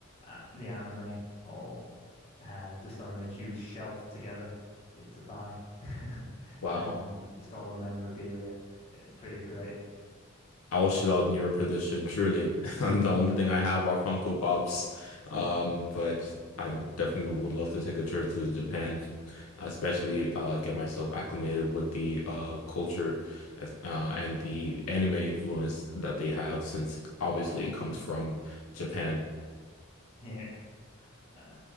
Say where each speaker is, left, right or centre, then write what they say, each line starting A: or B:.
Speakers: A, on the left (about 30°); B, on the left (about 80°).
A: uh, the anime, all uh, just on a huge shelf together for you to buy, <laughs>
B: Wow.
A: and just all the memorabilia. It's pretty great.
B: I wish I was in your position, truly. <laughs> And the only thing I have are Funko Pops. Um, but I definitely would love to take a trip to Japan, especially uh, get myself acclimated with the uh, culture uh, and the anime influence that they have, since obviously it comes from Japan.
A: Yeah. Uh,